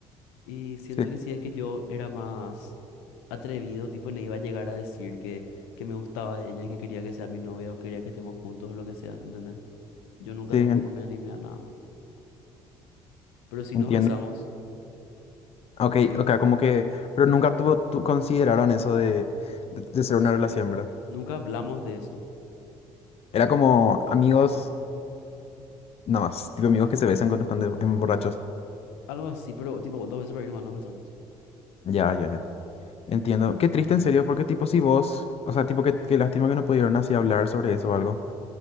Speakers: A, on the left; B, on the left.
A: Y siento
B: Sí,
A: que sí, es que yo era más atrevido, tipo le iba a llegar a decir que, que me gustaba de ella, que quería que sea mi novia o quería que estemos juntos o lo que sea, ¿entendés? Yo nunca
B: sí,
A: tampoco
B: en-
A: me animé a nada. Pero sí
B: entiendo.
A: nos besamos,
B: Ok, ok, como que, pero nunca tuvo, tu- consideraron eso de, de, de ser una relación, ¿verdad?
A: nunca hablamos de eso.
B: Era como amigos, nada más, tipo amigos que se besan cuando están de- en borrachos.
A: Algo así, pero tipo dos veces por ahí nomás nos besamos.
B: Ya, ya, ya. Entiendo. Qué triste, en serio, porque tipo si vos, o sea, tipo, qué, qué lástima que no pudieron así hablar sobre eso
A: Eh,
B: o algo.